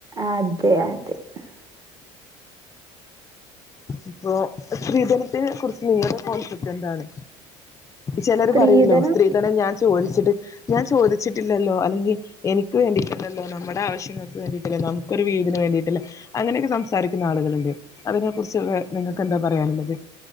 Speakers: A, on the right; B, on the left.
A: അതെ അതെ. <inaudible>
B: ഇപ്പോ, സ്ത്രീധനത്തിനെ കുറിച്ച് നിങ്ങടെ കോൺസെപ്റ്റെന്താണ്? ചെലരു
A: സ്ത്രീധനം
B: പറയല്ലോ സ്ത്രീധനം ഞാൻ ചോദിച്ചിട്ട് ഞാൻ ചോദിച്ചിട്ടില്ലല്ലോ, അല്ലെങ്കി എനിക്ക് വേണ്ടിയിട്ടല്ലല്ലോ, നമ്മുടെ ആവശ്യങ്ങൾക്ക് വേണ്ടിയിട്ടല്ലേ, നമുക്കൊരു വീടിന് വേണ്ടിയിട്ടല്ലേ അങ്ങനെയെക്കെ സംസാരിക്കുന്ന ആളുകളുണ്ട്. അതിനെ കുറിച്ച് വേ നിങ്ങക്കെന്താ പറയാനുള്ളത്?